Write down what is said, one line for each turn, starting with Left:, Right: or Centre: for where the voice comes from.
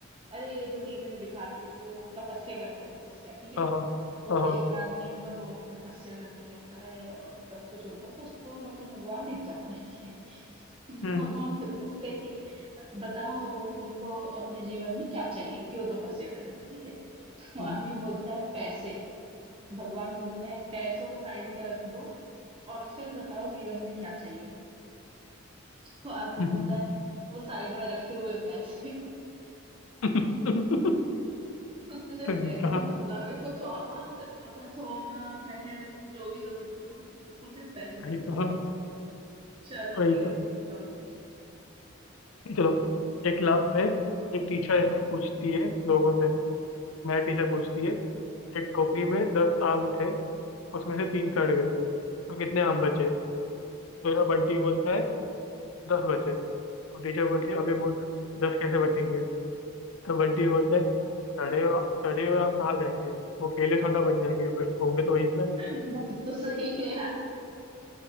Right: अरे ये जो टीवी में दिखाते हैं कि वो तपस्या करते हैं तपस्या ठीक है
Left: हाँ हाँ
Right: तो
Left: हाँ हाँ,
Right: एक आदमी एक बार बहुत तपस्या करते रहता है और सब कुछ होता है तो उसको मतलब भगवान दिख जाते हैं ठीक है <laughs> तो
Left: हम्म
Right: भगवान उससे पूछते हैं कि बताओ तुमको अपने जीवन में क्या चाहिए क्यों तपस्या कर रहे थे ठीक है <laughs> तो
Left: हम्म,
Right: आदमी बोलता है पैसे भगवान बोलते हैं पैसों को साइड में रख दो और फिर बताओ जीवन में क्या चाहिए <laughs> तो आदमी
Left: हम्म।
Right: बोलता है वो साइड में रखे हुए पैसे
Left: <laughs>
Right: तो उसको सिर्फ
Left: सही
Right: पैसे
Left: था
Right: से मतलब है कुछ और मांग सकता था सोना महल जो भी हो सकता था उसको सिर्फ पैसे से
Left: वही
Right: मतलब
Left: तो
Right: है चलो
Left: वही
Right: ठीक है
Left: तो
Right: तुम बताओ कुछ
Left: चलो एक क्लास में एक टीचर इन्हें पूछती है लोगों से मैथ टीचर पूछती है एक टोकरी में दस आम थे उसमें से तीन सड़ गए तो कितने आम बचे तो ना बंटी बोलता है दस बचे तो टीचर बोलती है अबे मूर्ख दस कैसे बचेंगे तो बंटी बोलता है सड़े हुए- सड़े हुए आम कहाँ जाएंगे वो केले थोड़ा बन जाएंगे वे- होंगे तो वही पे
Right: <laughs> बात तो सही है यार